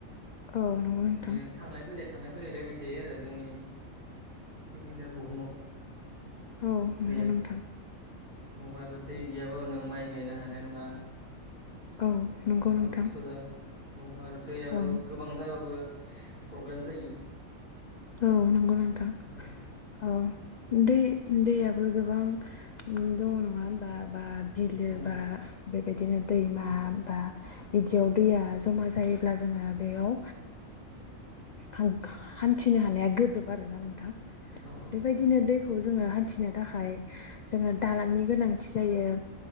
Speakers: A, on the left; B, on the right.
A: औ नंगौ
B: बिदिनो
A: नोंथां
B: थांलाय फैलाय थांलाय‌ फैलाय जाबाय थायो आरो जोंनि जोंनि दा बुहुमाव।
A: औ नंगौ
B: दैया
A: नोंथां
B: औ आरो दै गैयाबाों माइ गायनो हा हानाय नङा।
A: औ नंगौ
B: जोबोर
A: नोंथां
B: खस्थ जागोन औ आरो दैयाबो
A: औ
B: गोबां जाबाबो प्रब्लेम जायो।
A: औ नंगौ नोंथां
B: औ
A: औ। दै दैयाबो गोबां दङ नङा होनबा बा बिलो
B: औ
A: बा बेबायदिनो दैमा
B: औ
A: बा बिदियाव दैया जमा जायोब्ला जोङो बेयाव ओ <unintelligible> थिनो हानाया गोब्राब आरोना नोंथां
B: औ
A: बेबायदिनो दै खौ जोङो हान्थिनो थाखाय जोङो दालांनि गोनांथि जायो।